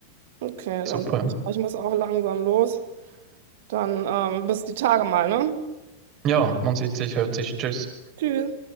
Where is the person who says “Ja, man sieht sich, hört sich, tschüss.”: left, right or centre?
Right